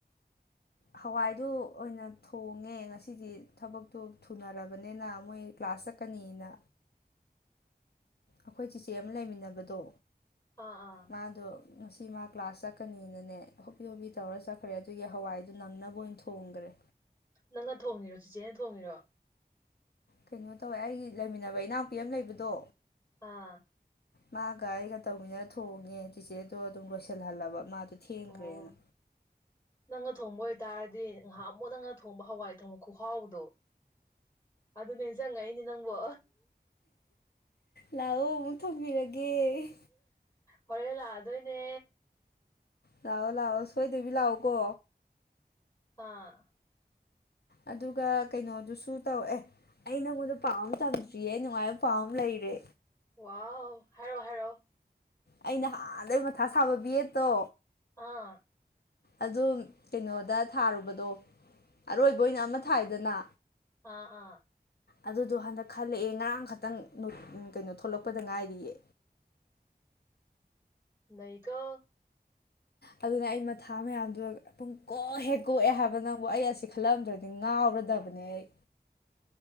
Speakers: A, on the left (about 70°); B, on the left (about 20°).
A: ꯍꯋꯥꯏꯗꯨ ꯑꯣꯏꯅ ꯊꯣꯡꯉꯦ ꯉꯁꯤꯗꯤ ꯊꯕꯛꯇꯣ ꯊꯨꯅꯔꯕꯅꯤꯅꯥ ꯃꯣꯏ ꯀ꯭ꯂꯥꯁ ꯆꯠꯀꯅꯤꯅꯥ ꯑꯩꯈꯣꯏ ꯆꯤꯆꯦ ꯑꯃꯥ ꯂꯩꯃꯤꯟꯅꯕꯗꯣ
B: ꯑꯥ ꯑꯥ
A: ꯃꯥꯗꯣ ꯉꯁꯤ ꯃꯥ ꯀ꯭ꯂꯥꯁ ꯆꯠꯀꯅꯤꯅꯅꯦ ꯍꯣꯞꯄꯤ ꯍꯣꯞꯄꯤ ꯇꯧꯔ ꯆꯠꯈ꯭ꯔꯦ ꯑꯗꯨꯒꯤ ꯍꯋꯥꯏꯗꯨ ꯅꯪꯅꯕ ꯑꯣꯏꯅꯥ ꯊꯣꯡ ꯍꯣꯡꯒ꯭ꯔꯦ
B: ꯅꯪꯅꯥ ꯊꯣꯡꯉꯤꯔꯣ ꯆꯤꯆꯦꯅꯥ ꯊꯣꯡꯉꯤꯔꯣ
A: ꯀꯩꯅꯣ ꯇꯧꯋꯦ ꯑꯩꯒꯤ ꯂꯩꯃꯤꯟꯅꯕ ꯏꯅꯥꯎꯄꯤ ꯑꯃꯥ ꯂꯩꯕꯗꯣ
B: ꯑꯥ
A: ꯃꯥꯒ ꯑꯩꯒ ꯇꯧꯃꯤꯟꯅꯔ ꯊꯣꯡꯉꯦ꯫ ꯆꯤꯆꯦꯗꯣ ꯑꯗꯨꯝ ꯂꯣꯏꯁꯤꯜꯍꯜꯂꯕ ꯃꯥꯗꯣ ꯊꯦꯡꯈ꯭ꯔꯦꯅꯥ꯫
B: ꯑꯣ ꯅꯪꯅ ꯊꯣꯡꯕ ꯑꯣꯏꯇꯥꯔꯗꯤ ꯅꯍꯥꯟꯃꯨꯛ ꯅꯪꯅ ꯊꯣꯡꯕ ꯍꯋꯥꯏ ꯊꯣꯡ ꯈꯨꯍꯥꯎꯗꯣ ꯑꯗꯨ ꯅꯤꯡꯁꯤꯡꯉꯛꯏꯅꯤ ꯅꯪꯕꯣ
A: ꯂꯥꯎꯑꯣ ꯑꯃꯨꯛ ꯊꫭꯡꯕꯤꯔꯒꯦ
B: ꯍꯣꯔꯦꯟ ꯂꯥꯛꯑꯗꯣꯏꯅꯦ꯫
A: ꯂꯥꯑꯣ ꯂꯥꯑꯣ ꯁꯣꯏꯗꯕꯤ ꯂꯥꯛꯑꯣ ꯀꯣ
B: ꯑꯥ
A: ꯑꯗꯨꯒꯥ ꯀꯩꯅꯣꯗꯨꯁꯨ ꯇꯧ ꯑꯦ ꯑꯩ ꯅꯪꯉꯣꯟꯗ ꯄꯥꯎ ꯑꯃꯥ ꯇꯝꯗ꯭ꯔꯤꯌꯦ ꯅꯨꯡꯉꯥꯏꯕ ꯄꯥꯎ ꯑꯃ ꯂꯩꯔꯦ
B: ꯋꯥꯎ ꯍꯥꯏꯔꯛꯑꫭ ꯍꯥꯏꯔꯛꯑꫭ
A: ꯑꯩ ꯅꯍꯥꯟꯗꯩ ꯃꯊꯥ ꯁꯥꯕ ꯕ°ꯠꯇꯣ
B: ꯑꯥ
A: ꯑꯗꯨ ꯀꯩꯅꯣꯗꯥ ꯊꯥꯔꯨꯕꯗꯣ ꯑꯔꯣꯏꯕꯥ ꯑꯣꯏꯅ ꯑꯃ ꯊꯥꯏꯗꯅ
B: ꯑꯥ ꯑꯥ
A: ꯑꯗꯨꯗꯣ ꯍꯟꯗꯛ ꯈꯜꯂꯛꯑꯦ ꯉꯔꯥꯡ ꯈꯛꯇꯪ ꯀꯩꯅꯣ ꯊꯣꯛꯂꯛꯄꯗꯥ ꯉꯥꯏꯔꯤꯌꯦ
B: ꯅꯩꯀꫭ
A: ꯑꯗꯨꯅꯦ ꯑꯩ ꯃꯊꯥ ꯃꯌꯥꯝꯗꯨ ꯄꯨꯡ ꯀꯣꯛ ꯍꯦꯛ ꯀꯣꯛꯑꯦ ꯍꯥꯏꯕ ꯅꯪꯕꯨ ꯑꯩ ꯑꯁꯤ ꯈꯜꯂꯝꯗ꯭ꯔꯗꯤ ꯉꯥꯎꯔꯗꯕꯅꯦ ꯑꯩ